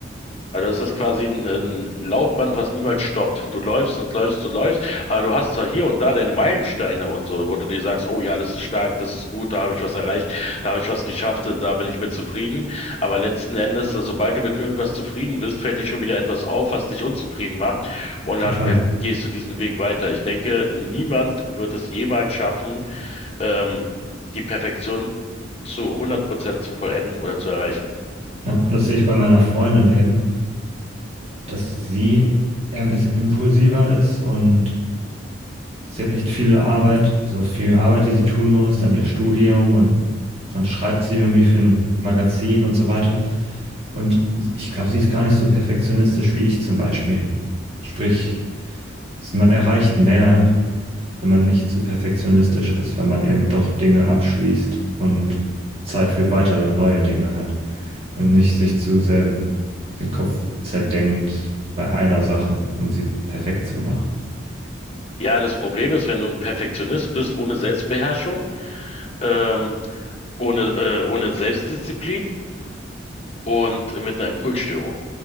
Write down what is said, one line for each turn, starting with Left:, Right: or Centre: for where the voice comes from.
Left: Also das ist quasi ein, ein Laufband, was niemals stoppt. Du läufst und läufst und läufst, aber du hast zwar hier und da deine Meilensteine und so, wo du dir sagst, oh ja, das ist stark, das ist gut, da habe ich was erreicht, da habe ich was geschafft, da bin ich mit zufrieden. Aber letzten Endes, also sobald du mit irgendwas zufrieden bist, fällt dir schon wieder etwas auf, was dich unzufrieden macht und
Right: Total.
Left: dann äh, gehst du diesen Weg weiter. Ich denke, niemand wird es jemals schaffen, ähm, die Perfektion zu hundert Prozent zu vollenden oder zu erreichen.
Right: Ja, und das sehe ich bei meiner Freundin eben, dass sie eher ein bisschen impulsiver ist und Sie hat echt viel Arbeit, so viel Arbeit, die sie tun muss, dann ihr Studium und dann schreibt sie irgendwie für ein Magazin und so weiter. Und ich glaube, sie ist gar nicht so perfektionistisch wie ich zum Beispiel. Sprich, es- man erreicht mehr, wenn man nicht zu perfektionistisch ist, wenn man eben doch Dinge abschließt und Zeit für weitere neue Dinge hat und nicht sich zu sehr den Kopf zerdenkt bei einer Sache, um sie perfekt zu machen.
Left: Ja, das Problem ist, wenn du ein Perfektionist bist, ohne Selbstbeherrschung, ähm, ohne, äh, ohne Selbstdisziplin und mit einer Impulsstörung.